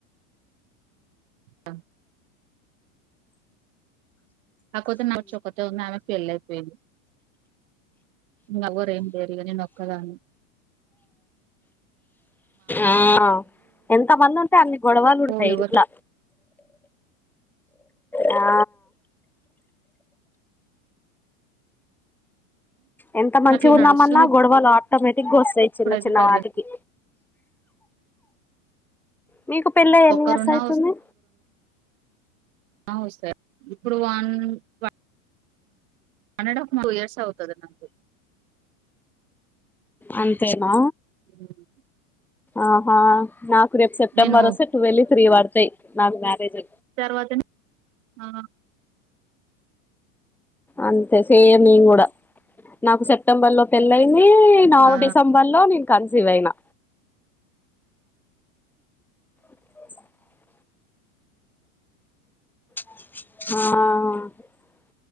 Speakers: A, on the right (about 70°); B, in the centre.
A: ఆ కాకపోతే నా చొకతే ఉంది, ఆమెకి పెళ్లైపోయింది. నగోరెం చేయరిగా నేనొక్కదాన్నే
B: ఆ ఎంత మంది ఉంటే అన్ని గొడవలు ఉంటయి
A: ఓ ఎవరు
B: ఇంట్ల ఆ ఎంత మంచిగ
A: అట్లా
B: ఉందామన్నా
A: నడుస్తుంది
B: గొడవలు ఆటోమేటిక్గా వస్తయి
A: ఇప్పుడైతే
B: చిన్న చిన్న
A: ప్రజెంట్
B: వాటికి మీకు పెళ్లై ఎన్ని
A: ఒక్కరున్నా
B: ఇయర్స్ ఐతుంది?
A: అవు సార్ ఇప్పుడు వాన్ వ వన్ అన్ అండ్ హఫ్ టూ ఇయర్స్ అవుతది నాకు
B: అంతేనా
A: ఉమ్
B: ఆహా నాకు రేపు సెప్టెంబర్
A: నేను
B: వస్తే టు వెళ్ళి త్రీ పడతయి నాకు మ్యారేజ్.
A: తర్వాత ఆ
B: అంతే సేమ్ నేను గుడ నాకు సెప్టెంబర్ లో పెళ్ళయి నీ నాగు
A: ఆ
B: డిసెంబర్ ల నేను కన్సీవ్ అయినా చూస ఆ